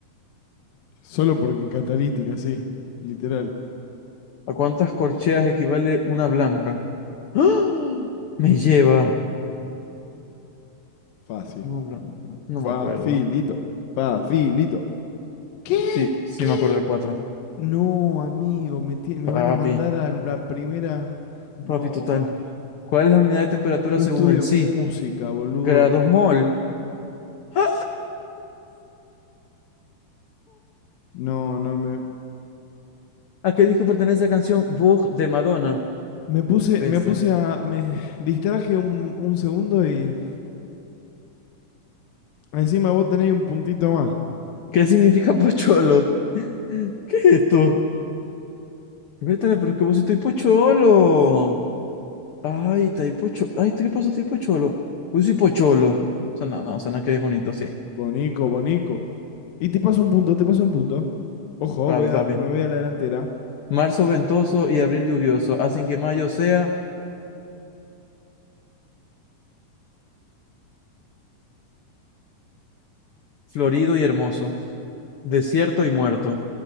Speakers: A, on the left (about 85°); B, on the left (about 60°).
A: Solo porque catalítica, sí. Literal.
B: ¿A cuántas corcheas equivale una blanca? <gasps> ¡Ah! Me lleva
A: Fácil.
B: una blanca. No
A: Facilito.
B: me acuerdo.
A: Facilito. ¿Qué?
B: Sí, sí
A: ¿Qué?
B: me acuerdo de cuatro.
A: No, amigo, me, tie- me
B: Papi,
A: van a mandar a la primera. No,
B: papi total.
A: amigo.
B: ¿Cuál es la unidad de temperatura
A: Yo
B: según
A: estudio
B: el psi?
A: música, boludo.
B: Grados mol. <gasps> ¡Ah!
A: No, no me.
B: ¿A qué disco pertenece la canción Bug de Madonna?
A: Me puse,
B: Bestia.
A: me puse a, me distraje un, un segundo y encima vos tenés un puntito más.
B: ¿Qué significa pocholo? <laughs> ¿Qué es esto? Vértale, pero es que vos sí estoy pocholo. Ay, Taipo Cholo. Ay, ¿qué pasó, Taipo Cholo? Uy, soy Pocholo. Suena, no, suena que es bonito, sí.
A: Bonico, bonico. Y te paso un punto, te paso un punto. Ojo,
B: Papi,
A: voy a,
B: papi.
A: me voy a la delantera.
B: Marzo ventoso y abril lluvioso hacen que mayo sea florido y hermoso, desierto y muerto,